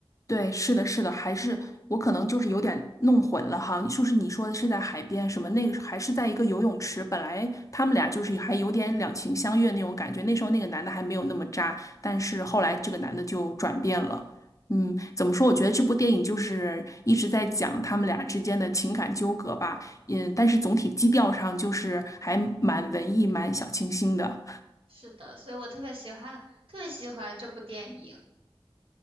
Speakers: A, on the left; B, on the right.
A: 对，是的，是的，还是我可能就是有点弄混了哈。就是你说的是在海边什么那个，还是在一个游泳池？本来他们俩就是还有点两情相悦那种感觉，那时候那个男的还没有那么渣，但是后来这个男的就转变了。嗯，怎么说？我觉得这部电影就是一直在讲他们俩之间的情感纠葛吧。嗯，但是总体基调上就是还蛮文艺、蛮小清新的。
B: 是的，所以我特别喜欢特别喜欢这部电影。